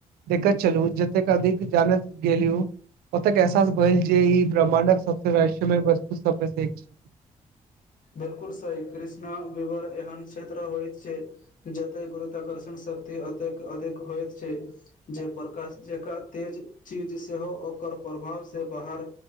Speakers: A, on the right (about 85°); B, on the left (about 60°).
A: देखैत छलू जतेक अधिक जानैत गेलियू ओतेक एहसास भेल जे इ ब्रह्माणडक सबस रहस्यमय वस्तु सब मे से एक छैय।
B: बिलकुल सही कृष्णा विवर एहन क्षेत्र होइत छैय जतय गुरुत्वाकर्षण शक्ति अतेक अधिक होइत छैय। जे प्रकाश जेकां तेज चीज सेहो ओकर प्रभाव से बहार